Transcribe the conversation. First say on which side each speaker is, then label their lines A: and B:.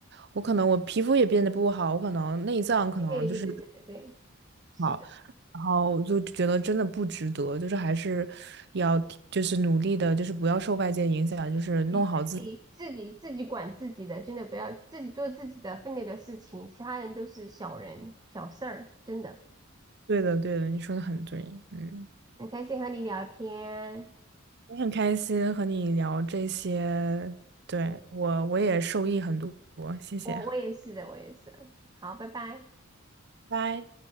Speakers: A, on the right; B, on the right.
A: 我可能我皮肤也变得不好，我可能内脏可能就是
B: 对对对对对对，是的。
A: 不好，然后我就觉得真的不值得，就是还是要就是努力的，就是不要受外界影响，就是弄好自己。
B: 你自己自己自己管自己的，真的不要自己做自己的分内的事情，其他人都是小人小事儿，真的。
A: 对的，对的，你说的很对，嗯。
B: 很开心和你聊天，
A: 我很开心和你聊这些，对，我我也受益很多，谢谢，
B: 我我也是的，
A: 拜
B: 我也是。好，拜拜。
A: 拜。